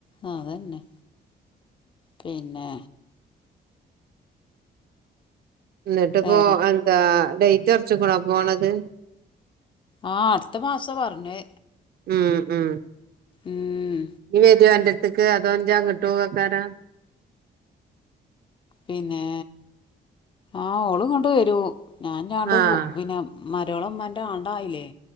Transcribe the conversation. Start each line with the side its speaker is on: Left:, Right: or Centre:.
Left: അതന്നെ പിന്നെ
Right: എന്നിട്ട്പ്പോ
Left: വേറെ
Right: എന്താ ലേറ്റ് ഒറച്ക്കണോ പോണത്
Left: ആഹ് അടുത്ത മാസാ പറഞ്ഞേ
Right: ഉം ഉ
Left: ഉം
Right: നീ വരോഅന്റെഅടുത്ത് ക്ക് അതോഞ്ചാ കിട്ടും കേക്കാരാ
Left: പിന്നെ ആ ഓള് കൊണ്ട് വരൂ ഞാൻ ഞാണ്ട്
Right: ആഹ്
Left: പിന്നെ മരോളമമാന്റെ ആടായില്ലേ